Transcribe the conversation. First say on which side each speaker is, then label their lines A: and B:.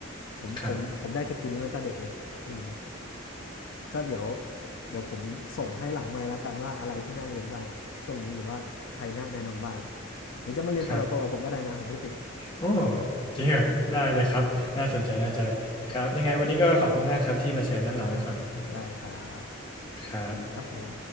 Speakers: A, on the left; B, on the left.
A: ผมผมผมได้สกิลนี้มาตั้งแต่เด็กเลยอืม
B: ครับ
A: ก็เดี๋ยวเดี๋ยวผมส่งให้หลังไมค์แล้วกันว่าอะไรที่น่าเรียนบ้างช่วงนี้หรือว่าใครน่าแนะนำบ้างหรือจะมาเรียนตัวต่อตัวกับผมก็ได้นะผมไม่ติด
B: ครับโอ้จริงเหรอได้เลยครับน่าสนใจน่าสนใจครับยังไงวันนี้ก็ขอบคุณมากครับที่มาแชร์เรื่องราวให้ฟัง
A: <laughs> ได้ครับ
B: ครับ
A: ครับผม